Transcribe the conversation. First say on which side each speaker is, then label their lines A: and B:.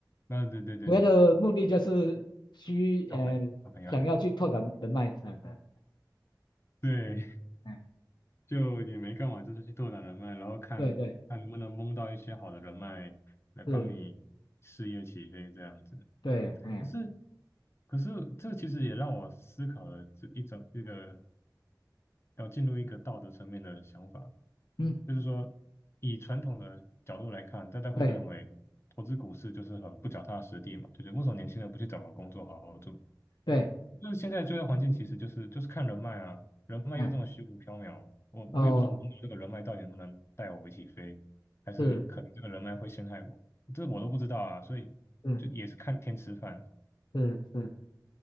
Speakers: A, on the left; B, on the left.
A: 那对对对对对，
B: 主要的目的就是需呃想要去拓展人脉这样的。
A: 交朋交朋友，<laughs> 对，
B: 哎，
A: 就也没干嘛，就是去拓展人脉，然后看看能不能蒙到一些好的人脉来帮你事业起飞这样子。
B: 对对是，对，哎
A: 可是可是这其实也让我思考了这一种一个要进入一个道德层面的想法，
B: 嗯
A: 就是说，以传统的角度来看，大家会认为投资股市就是很不脚踏实地嘛，
B: 对
A: 就是为什么年轻人不去找个工作好好做？
B: 对，
A: 就是现在就业环境其实就是就是看人脉啊，人脉又这么虚无缥缈，
B: 哎
A: 我我也不知道这个人脉到底能不能带我一起飞，
B: 哦
A: 还是可能这个人脉会陷害我，
B: 是
A: 这我都不知道啊，所以就也是看天吃饭
B: 是。是是